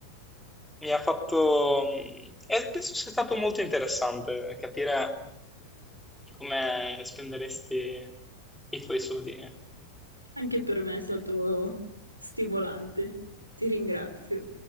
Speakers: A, in the centre; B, on the right (about 85°).
A: mi ha fatto... mm, E penso sia stato molto interessante capire come spenderesti i tuoi soldini.
B: Anche per me è stato stimolante. Ti ringrazio.